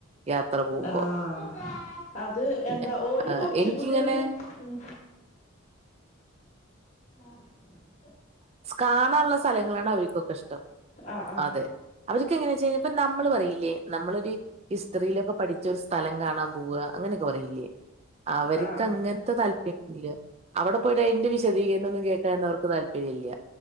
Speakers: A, on the right; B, on the left.
A: യാത്ര പോകുമ്പോ
B: ആഹ് അത്
A: പിന്നെ
B: എന്താ ഓര്
A: ആഹ്
B: കുറച്ചും
A: എനിക്കിങ്ങനെ
B: കൂടി ഒരു ഉ ആഹ
A: കാണാനുള്ള സ്ഥലങ്ങളാണ് അവർക്കൊക്കെ ഇഷ്ടം
B: ആഹ് ആഹ്
A: അതെ എങ്ങനെയെ ചെയപ്പ നമ്മള് പറയില്ലേ നമ്മളൊരു ഹിസ്റ്ററിയിലൊക്കെ പഠിച്ച ഒരു സ്ഥലം കാണാൻ പോവുക അങ്ങനെയൊക്കെ പറയില്ലേ അവർക്ക്ങ്ങനെ
B: ആഹ് ആഹ്
A: താല്പര്യഇല്ല അവിടെ പോയിട്ട് അതിന്റെ വിശദീകരണമൊന്നും കേൾഞാനൊന്നും അവർക്ക് താല്പര്യമില്ല